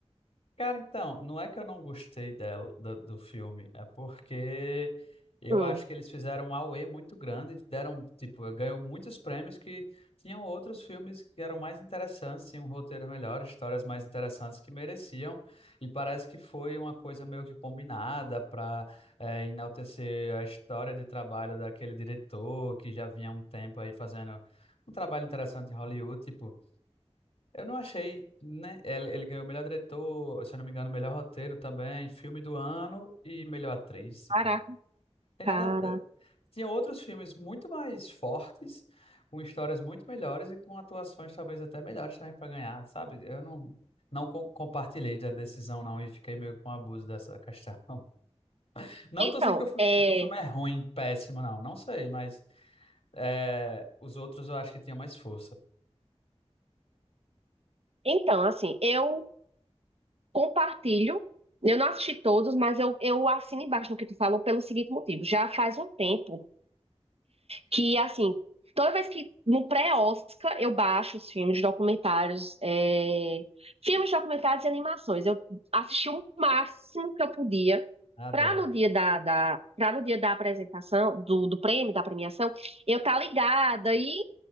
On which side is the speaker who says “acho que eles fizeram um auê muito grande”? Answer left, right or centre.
Left